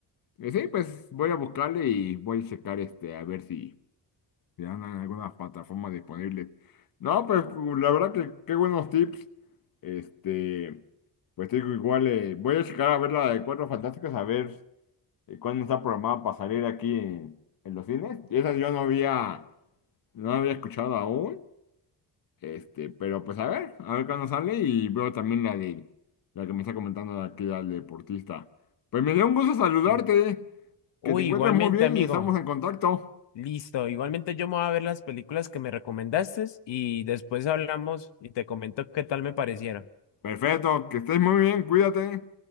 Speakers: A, on the left; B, on the left.
A: Y sí, pues voy a buscarle y voy a checar este, a ver si, si andan en algunas plataformas disponibles. No, pues uh, la verdad que qué buenos tips. Este, pues digo, igual eh, voy a checar a ver la de Cuatro Fantásticos, a ver eh, cuándo está programada para salir aquí en, en los cines. Y Esas yo no había, no había escuchado aún, este, pero pues a ver, a ver cuándo sale y veo también la de, la que me está comentando aquí al deportista. Pues me dio un gusto saludarte,
B: sí. Uy,
A: que te encuentres
B: igualmente,
A: muy bien
B: amigo.
A: y estamos en contacto.
B: Listo, igualmente yo me voy a ver las películas que me recomendaste y después hablamos y te comento qué tal me parecieron.
A: Perfecto, que estés muy bien, cuídate.